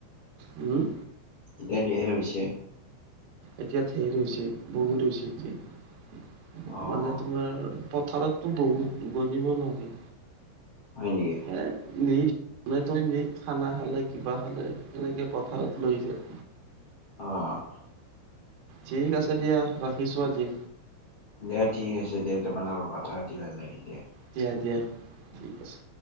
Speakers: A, on the right; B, on the left.
A: উম।
B: এতিয়া ধেৰ হৈছে।
A: এতিয়া ধেৰ হৈছে, বহুত হৈছে এতিয়া।
B: অ'
A: মানে তোমাৰ পথাৰতো বহুত, গনিব নোৱাৰি।
B: হয় নেকি
A: এ নি নি খানা খালে কিবা খালে সেনেকে পথাৰত লৈ যায়।
B: অহ।
A: ঠিক আছে দিয়া, ৰাখিছোঁ আজি।
B: দে ঠিক আছে দিয়া, তোমাৰ লগত কথা পাতি ভাল লাগিল দিয়া।
A: দিয়া দিয়া, ঠিক আছে।